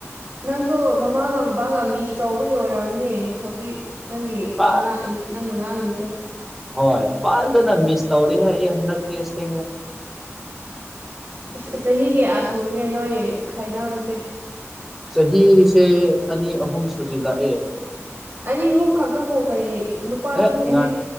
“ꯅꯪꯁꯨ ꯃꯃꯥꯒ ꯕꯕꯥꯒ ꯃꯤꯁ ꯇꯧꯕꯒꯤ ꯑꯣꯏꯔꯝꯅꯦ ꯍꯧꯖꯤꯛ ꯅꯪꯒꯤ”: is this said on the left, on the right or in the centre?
Right